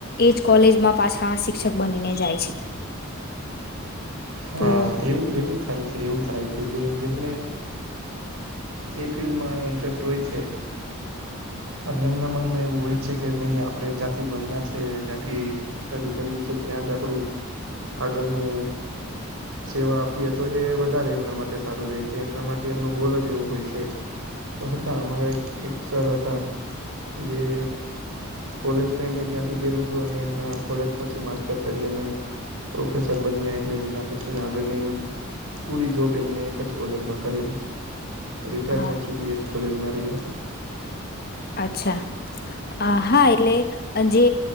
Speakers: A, on the left; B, on the right.
A: એજ કોલેજમાં પાછા શિક્ષક બનીને જાય છે.
B: હા
A: તો
B: એવું એવું થાય છે, એવું થાય છે, જે જેમને એ ફિલ્ડમાં ઇન્ટરેસ્ટ હોય છે. અને એમના મનમાં એવું હોય છે, કે નહી આપડે જ્યાંથી ભણ્યા છે જ્, યાંથી સ્ટડી કર છે. ત્યાં જ આપડું આગળનું સેવા આપીએ તો એ વધારે એમના મા ટે સારું રહે છે, એમના માટે એમનો ગોલ જ એવો હોય છે, હતા અમારા એક સર હતા જે કોલેજ પણ એમને ત્યાંથી કર્યું હતું અને એમના કોલેજ પછી માસ્ટર કરી અને પ્રોફેસર બન્યા એટલે એમના પછીના આગળની પૂરી જોબ એમને એક જ કોલેજમાં કરેલી રિટાયરમેન્ટ
A: હા
B: સુધી એજ કોલેજમાં રહ્યા હતા.
A: અચ્છા. અ હા એટલે જે